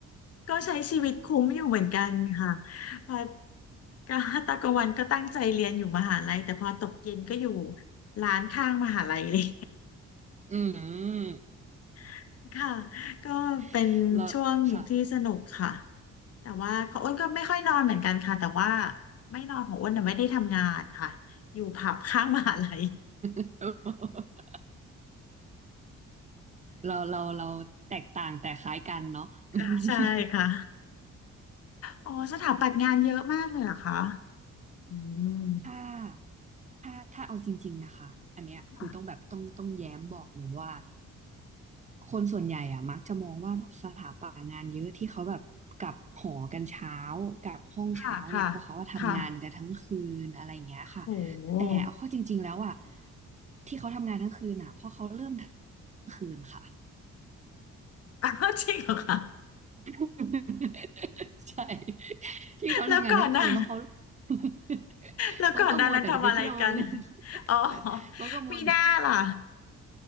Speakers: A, on the left; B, on the right.
A: ก็ใช้ชีวิตคุ้มอยู่เหมือนกันค่ะเพอก็ตอกลางวันก็ตั้งใจเรียนอยู่มหาลัยแต่พอตกเย็นก็อยู่ร้านข้างมหาลัย <laughs> เลย
B: <laughs> อืม
A: <laughs> ค่ะก็เป็นช่วงที่สนุกค่ะ
B: <laughs> แล้วค่ะ
A: แต่ว่าของอ้นก็ไม่ค่อยนอนเหมือนกันค่ะแต่ว่าไม่นอนของอ้นน่ะไม่ได้ทำงานค่ะอยู่ผับข้างมหาลัย
B: <laughs> เราเราเราแตกต่างแต่คล้ายกันเนาะ
A: <laughs>
B: <laughs>
A: อ่าใช่ค่ะอ๋อสถาปัตย์งานเยอะมากเลยเหรอคะอืม
B: ถ้าถ้าถ้าเอาจริงๆนะคะอันเนี้ยคือต้องแบบต้องต้องแย้มบอกเลยว่า
A: ค่ะ
B: คนส่วนใหญ่อะมักจะมองว่าแบบสถาปัตย์งานเยอะที่เขาแบบกลับหอกันเช้ากลับห้องเช้าเนี่ยเพราะเขาว่าทำงานกันทั้งคืนอะไรอย่างเงี้ยค่ะ
A: ค่ะค่ะโห
B: แต่เอาเข้าจริงๆแล้วอะที่เขาทำงานทั้งคืนอะเพราะเขาเริ่มทั้งคืนค่ะ
A: อ้าวจริงเห <laughs> รอคะ
B: <laughs> ใช่ที่เขาทำงานทั้งคืนเพราะเขา
A: แล้วก่อนหน้า
B: <laughs>
A: แล้วก่อนหน้านั้นทำอะไรกัน
B: เขาก็มัวแต่จะไปเที่ยวเล่น <laughs>
A: อ๋อ
B: เขาก็มัวแต่
A: มีหน้าล่ะ